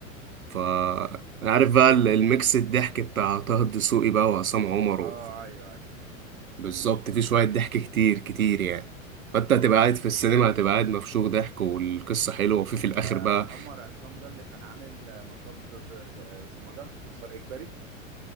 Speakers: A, on the right; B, on the right.
A: ف عارف بقى
B: اه
A: ال- الميكس الضحك بتاع طه الدسوقي بقى وعصام عمر
B: اه
A: و...
B: ايوه ايوه
A: بالظبط
B: اه
A: في شوية ضحك كتير كتير يعني فانت هتبقى قاعد في السينما هتبقى قاعد مفشوخ ضحك والقصة حلوة وفي في الآخر
B: آه،
A: بقى
B: عمر عصام ده اللي كان عامل آه، مطب آه، اسمه ده مسار اجباري